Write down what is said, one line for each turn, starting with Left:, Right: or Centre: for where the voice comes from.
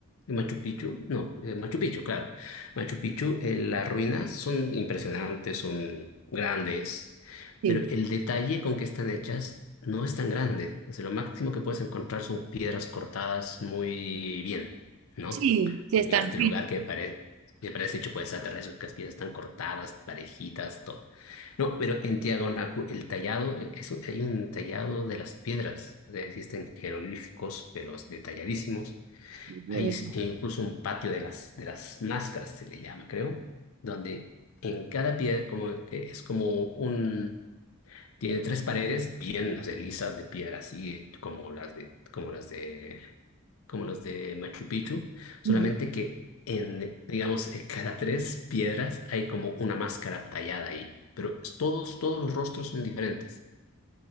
Left: y Machu Picchu, no, eh, Machu Picchu, claro. Machu Picchu, eh, las ruinas son impresionantes, son grandes,
Right: Sí,
Left: pero el detalle con que están hechas no es tan grande. O sea, lo máximo que puedes encontrar son piedras cortadas muy bien, ¿no?
Right: sí, sí,
Left: En
Right: están
Left: este lugar que parece... Que parece hecho por extraterrestres, que las piedras están cortadas, parejitas, todo. No, pero en Tiahuanacu, el tallado, eh, eso, hay un tallado de las piedras. o sea, existen jeroglíficos, pero detalladísimos.
Right: bien.
Left: Hay s- e incluso un patio de las, de las máscaras, se le llama, creo, donde en cada piedra, como que es como un, tiene tres paredes bien, no sé, lisas de piedra, así como las de, como las de como los de Machu Picchu, solamente
Right: Ujú.
Left: que en, digamos, en cada tres piedras hay como una máscara tallada ahí, pero es- todos, todos los rostros son diferentes,